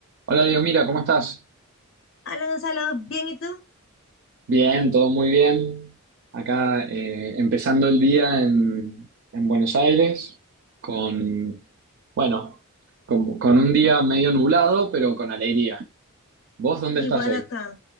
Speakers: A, on the right (about 60°); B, on the left (about 60°).
A: Hola Dios, mira, ¿cómo estás?
B: Hola Gonzalo, ¿bien y tú?
A: Bien, todo muy bien. Acá eh, empezando el día en, en Buenos Aires con, bueno, con, con un día medio nublado, pero con alegría. ¿Vos dónde
B: Igual
A: estás hoy?
B: acá.